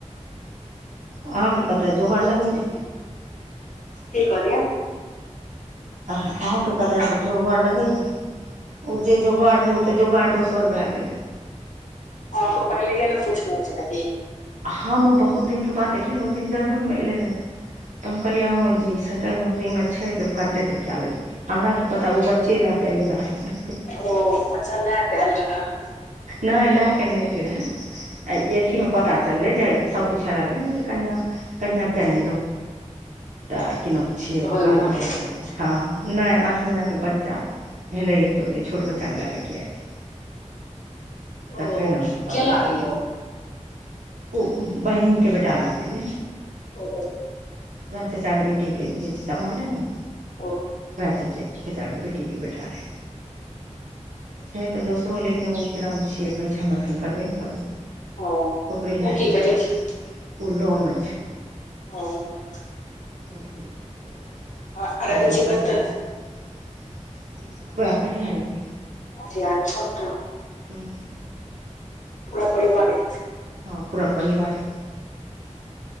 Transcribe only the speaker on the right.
अहाँकेँ कतऽ जोगर लगलयै।
अह-अहांके कतय सब जोगार लगैया, ओ जे जोगार रहैउ तऽ जोगाड़ दोसर भए गेलै।
हम ओ बहुत दिनक के बाद देखलियनि ओ दिन जरबे मे एले रहे। तब हम कहलियै हँ जी सरकारी नौकरी मे छै, जब करते तऽ कै लेते हमरा की पता ओ बच्चे लए पहिले <inaudible>
नै लए कऽ नै अयलै रहै, आ अथिमें पता चललै जे सब पूछा लगले जे कनिया- कनिया किया
नहि एलो। तऽ कि नाम छियै
कहलकै
जे हँ नै आठ महिना के बच्चा भेलैए तऽ। तै छोट बच्चाके लए कऽ किए अतै,
तखैने हमरा
पता
चलैतऽ।
ओ बहिनके बेटा लागतै।
वएह चाचााके बेटीके जे चचा मरलै ने।
वएह चचा- चचा के बेटीके बेटा रहे। छै तऽ दोसरो लेकिन ओकरा कि नाम छियै, कहै छै हम एखन करबे ने करब।
ओकरे भैए छोटका
ओ लॉ मे छै।
बांकी। कहै
छै हम करबै
नै करब, उएह कटिहारेमे।
हूं।
हँ पूरा परिवारे।